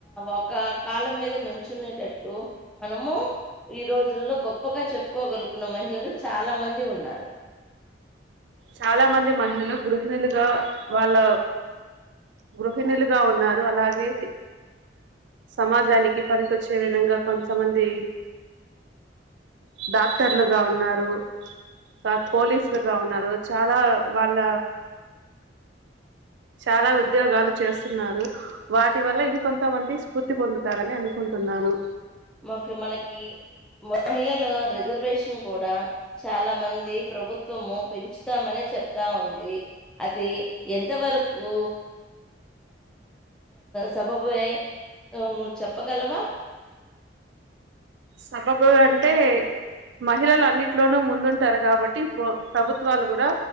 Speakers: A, in the centre; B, on the right (about 70°).
A: ఒక కాలం మీద నుంచునేటటు మనము ఈ రోజుల్లో గొప్పగా చెప్పుకోగలుగున్న మహిళలు చాలా మంది ఉన్నారు
B: చాలా మంది మహిళలు గృహిణులుగా వాళ్ళ గృహిణులుగా ఉన్నారు అలాగే సమాజానికి పనికొచ్చే విధంగా కొంతమంది డాక్టర్లుగా ఉన్నారు కా పోలీసులుగా ఉన్నారు చాలా వాళ్ళ చాలా ఉద్యోగాలు చేస్తున్నారు వాటి వల్ల ఇంకొంతమంది స్ఫూర్తి పొందుతారని అనుకుంటున్నాను
A: మకు మనకి మహిళల రిజర్వేషన్ కూడా చాలా మంది ప్రభుత్వము పెంచుతమని చెప్తా ఉంది అది ఎంతవరకు సబబే నువ్వు చెప్పగలవా
B: సబబు అంటే మహిళలు అన్నిట్లోనూ ముందుంటారు కాబట్టి ప్రభుత్వాలు కూడా